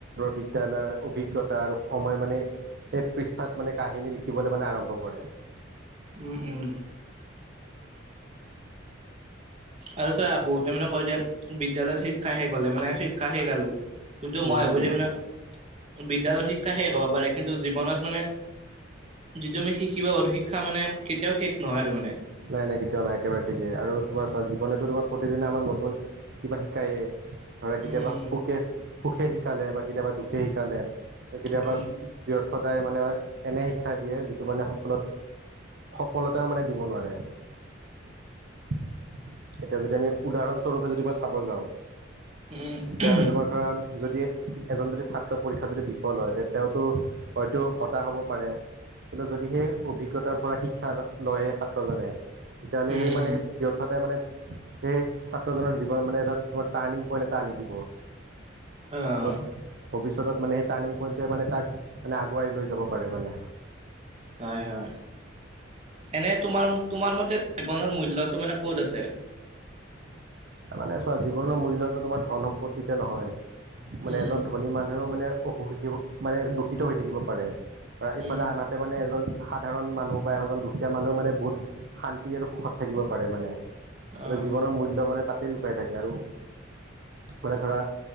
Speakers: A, on the right; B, on the right.
A: বিদ্যয়ালয়। অভিজ্ঞতা আৰু সময় মানে সেই পৃষ্ঠাত মানে কাহিনী লিখিবলৈ মানে আৰম্ভ কৰে।
B: উম উম। আৰু ছাৰ আবু ত মানে কয় যে বিদ্যালয়ত শিক্ষা শেষ হলে মানে শিক্ষা শেষ আৰু। কিন্তু
A: উম
B: মই ভাবোতে
A: উম
B: মান বিদ্যালয়ৰ শিক্ষা শেষ হ'ব পাৰে কিন্তু জীৱনত মানে। যিটো আমি শিকিব পাৰো শিক্ষা মানে কেতিয়াও শেষ নহয় আৰু মানে
A: নাই নাই কেতিয়াও নাই একেবাৰে ঠিকেই আৰু তোমাৰ চোৱা জীৱনেতো তোমাৰ প্ৰতিদিনে আমাক নতুন কিবা শিকায়ে ধৰা কেতিয়াবা
B: উম উম
A: সুকে সুখে শিকালে বা কেতিয়াবা দুখে শিকালে কেতিয়াবা
B: উম,
A: ব্যৰ্থতাই মানে এনে শ শিক্ষা দিয়ে যিটো মানে সফলত সফলতাও মানে দিব নোৱাৰে এতিয়া যদি আমি উদাহৰণস্বৰূপে যদি মই চাব যাওঁ
B: উম,
A: তেতিয়া
B: উম,
A: হ'লে তোমাৰ ধৰা যদি এজন যদি ছাত্ৰ পৰীক্ষা যদি বিফল হয় তে তেওঁতো হয়তো হতাশ হ'ব পাৰে কিন্তু যদি সেই অভিজ্ঞতাৰ পৰা শিক্ষা লয়ে সেই ছাত্ৰজনে তেতিয়াহ'লে
B: উম,
A: সেই মানে
B: উম,
A: ব্যৰ্থতাই মানে এই ছাত্ৰজনৰ জীৱনত মানে এটা তোমাৰ টাৰ্ণিং পইণ্ট এটা আনি দিব
B: অ',
A: য'ত ভৱিষ্যতত মানে সেই টাৰ্ণিং পইণ্টোৱে মানে তাক মানে আগুৱাই লৈ যাব পাৰে মানে
B: হয় হয় এনে তোমাৰ তোমাৰ মতে জীৱনৰ মূল্যটো মানে ক'ত আছে
A: মানে চোৱা জীৱনৰ মূল্যটো তোমাৰ ধন সম্পত্তিতে নহয় মানে
B: উম,
A: এজন ধনী মানুহেও মানে অসুখী মানে দূষিত হৈ থাকিব পাৰে বা ইফালে
B: উম,
A: আনহাতে মানে এজন সাধাৰণ মানুহ বা এজন দুখীয়া মানুহ মানে বহুত শান্তি আৰু সুখত থাকিব পাৰে মানে এটা
B: অ',
A: জীৱনৰ মূল্য মানে তাতেই লুকাই থাকে আৰু মানে ধৰা